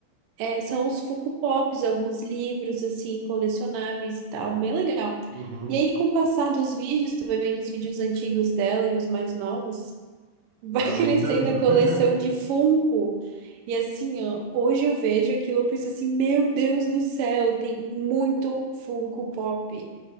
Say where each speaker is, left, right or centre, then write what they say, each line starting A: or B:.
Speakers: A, on the right; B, on the right.
A: é, são os Funko Pops, alguns livros, assim, colecionáveis e tal, bem legal.
B: Uhum.
A: E aí, com o passar dos vídeos, tu vai vendo os vídeos antigos dela e os mais novos, vai
B: Vai
A: <laughs>
B: aumentando.
A: crescendo a coleção
B: <laughs>
A: de Funko. E assim, ó, hoje eu vejo aquilo, eu penso assim, meu Deus do céu, tem muito Funko Pop.